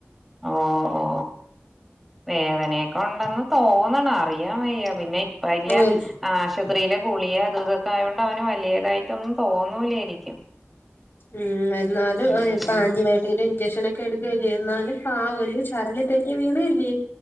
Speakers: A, in the centre; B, on the left (about 50°).
A: ഓ ഓ വേദനയൊക്കെ ഉണ്ടെന്ന് തോന്നണ അറിയൻ വയ്യ പിന്നെ ഇപ്പ അല്ല
B: ഉം
A: ആശുപത്രിയിലെ ഗുളിയ അത് ഇതൊക്കെ ആയതോണ്ട് അവന് വലിയതായിട്ടൊന്നും തോന്നൂലായിരിക്കും
B: ഉം എന്നാലും
A: ഉം
B: അവനിക്ക് ആന്റിബയോ <unintelligible> ഇഞ്ചക്ഷൻ ഒക്കെ എടുക്കല്ലേ എന്നാലും പാവല്ലെ ചരളി തെറ്റി വീണല്ലേ